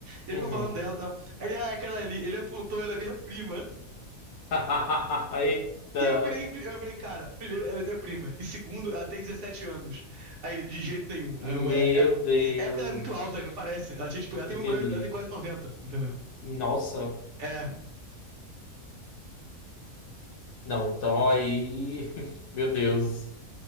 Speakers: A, on the right (about 65°); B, on the left (about 65°).
A: E ele
B: uhum.
A: ficou falando dela e tal. Aí ele, ah, é aquela ali, ele apontou, era minha prima. <laughs>
B: <laughs> Eita.
A: E eu virei, eu virei, cara, primeiro, ela é minha prima. E segundo, ela tem 17 anos. Aí ele, de jeito nenhum.
B: Meu
A: Aí eu, é, é,
B: Deus.
A: é porque ela é muito alta aí, não parece. Ela, tinha, tipo, ela tem
B: Entendi.
A: uma, ela tem quase noventa entendeu?
B: Nossa.
A: É,
B: Não, então aí. <laughs> Meu Deus.